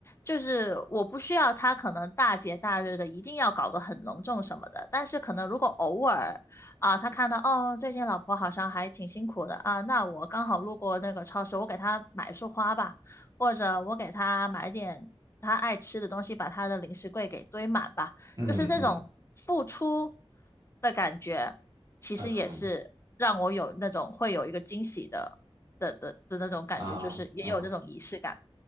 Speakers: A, on the left; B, on the right.
A: 就是我不需要他可能大节大日的一定要搞得很隆重什么的，但是可能如果偶尔啊，他看到哦最近老婆好像还挺辛苦的啊，那我刚好路过那个超市，我给他买束花吧。或者我给他买点他爱吃的东西，把他的零食柜给堆满吧。
B: 嗯嗯
A: 就是这种付出的感觉，其实也是让我有那种会有一个惊喜的的的的那种感觉，
B: 嗯嗯啊啊
A: 就是也有这种仪式感。